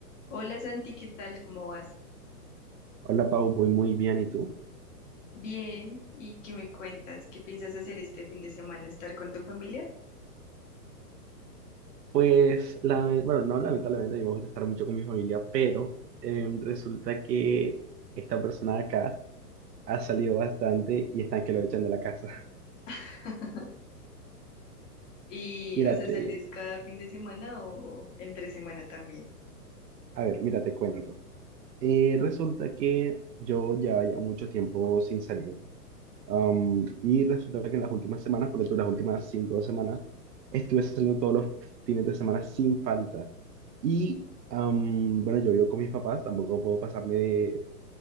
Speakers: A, on the left; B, on the right.
A: Hola Santi, ¿qué tal? ¿Cómo vas?
B: Hola Pau, voy muy bien, ¿y tú?
A: Bien, ¿y qué me cuentas? ¿Qué piensas hacer este fin de semana? ¿Estar con tu familia?
B: Pues, la, bueno, no lamentablemente, a mí me gusta estar mucho con mi familia, pero em, resulta que esta persona de acá ha salido bastante y están que lo echan de la casa. <laughs>
A: <laughs> Y,
B: Mírate,
A: o sea, ¿sales cada fin de semana o entre semana también?
B: a ver, mira, te cuento. Eh, resulta que yo llevaba ya mucho tiempo sin salir. Am, y resulta que en las últimas semanas, por tú, las últimas cinco semanas, estuve saliendo todos los fines de semana sin falta. Y, am, bueno, yo vivo con mis papás, tampoco puedo pasarme de